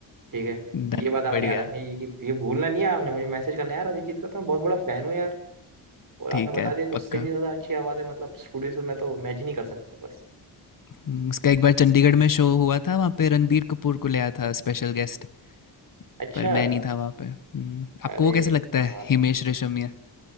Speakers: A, on the right; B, on the left.
A: ठीक है
B: डन
A: ये बात आपने
B: बढ़िया
A: याद रखनी है ये कि ये भूलना नहीं है आपने मुझे मैसेज करना है यार अरिजीत का तो मैं बहुत बड़ा फैन हूँ यार और आपने
B: ठीक
A: बता
B: है
A: दिया कि उससे
B: पक्का
A: भी ज्यादा अच्छी आवाज है मतलब स्टूडियो से मैं तो इमेजिन ही कर सकता हूँ
B: हम्म, उसका एक बार चंडीगढ़ में शो हुआ था वहाँ पे रणबीर कपूर को ले आया था स्पेशल गेस्ट
A: अच्छा
B: पर मैं नहीं था वहाँ पे हम्म, आपको
A: अरे
B: वो कैसा लगता
A: यार
B: है हिमेश रेशमिया